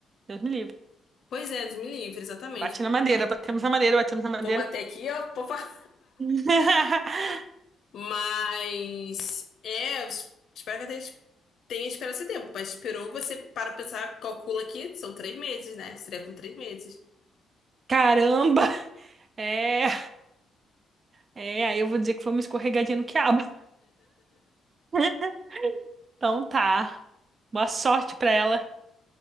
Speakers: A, on the right; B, on the left.
A: Deus me livre.
B: Pois é, Deus me livre, exatamente.
A: Bate na madeira, batemos na madeira, batemos na madeira.
B: Vou bater aqui, ó. Vou... fa-
A: <laughs>
B: <laughs> Mas. É, eu es- espero que ela tenha, tenha esperado esse tempo. Mas esperou, você para pensar, calcula aqui, são três meses, né? Seria com três meses.
A: Caramba! É, é, aí eu vou dizer que foi uma escorregadinha no quiabo. <laughs> Então tá. Boa sorte pra ela.